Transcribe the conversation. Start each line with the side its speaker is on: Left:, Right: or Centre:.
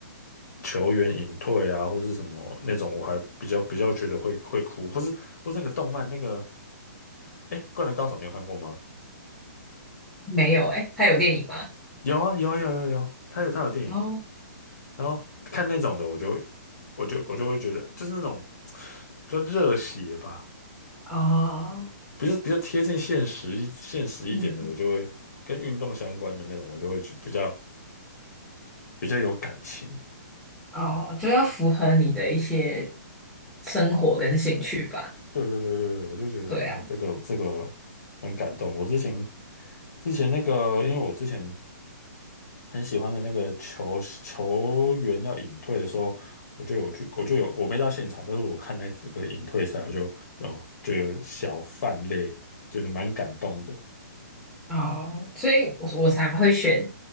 Left: 球员隐退啊，或是什么那种，我还比较比较觉得会会哭，或是或是那个动漫那个，哎，《灌篮高手》你有看过吗？
Centre: 没有诶、他有电影吗？
Left: 有啊有啊有啊有啊有，他有他有电影，
Centre: 哦
Left: 然后看那种的，我就我就我就会觉得就是那种比较热血吧，
Centre: 哦
Left: 比较比较贴近现实一现实一点的，
Centre: 嗯，
Left: 我就会跟运动相关的那种，我就会去比较比较有感情。
Centre: 哦，就要符合你的一些生活跟兴趣吧。
Left: 对对对对对，我就觉得哦，
Centre: 对啊，
Left: 这个这个很感动。我之前之前那个，因为我之前很喜欢的那个球球员要隐退的时候，我就有去，我就有我没到现场，但是我看那这个隐退赛，我就哦就小泛泪，觉得蛮感动的
Centre: 哦，所以我我才会选，